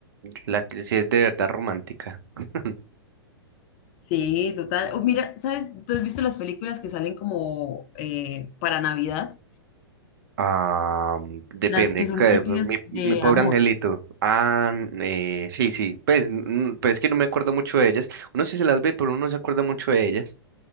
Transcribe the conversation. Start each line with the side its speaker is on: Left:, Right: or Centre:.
Right: La que sí es de verdad romántica. <laughs>
Left: Sí, total. Oh, mira, ¿sabes? ¿Tú has visto las películas que salen como eh, para Navidad?
Right: Ah, depende.
Left: Las que son
Right: que-
Left: típicas
Right: Mi,
Left: de
Right: mi pobre
Left: amor.
Right: angelito. Ah, eh, sí, sí. Pues, mm, pero es que no me acuerdo mucho de ellas. Uno sí se las ve, pero uno no se acuerda mucho de ellas.